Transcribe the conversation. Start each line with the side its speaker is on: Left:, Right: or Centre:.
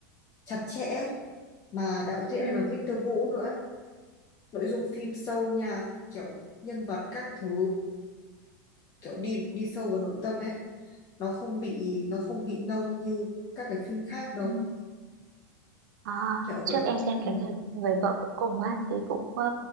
Left: chặt chẽ mà đạo diễn
Right: Ừ.
Left: này là Victor Vũ nữa ấy. nội dung phim sâu nha kiểu nhân vật các thứ kiểu đi đi sâu vào nội tâm ấy nó không bị nó không bị nông như các cái phim khác đâu
Right: Ừ. à,
Left: kiểu
Right: trước
Left: vậy
Right: em xem
Left: ừ.
Right: cái người người vợ cuối cùng á thì cũng ờ,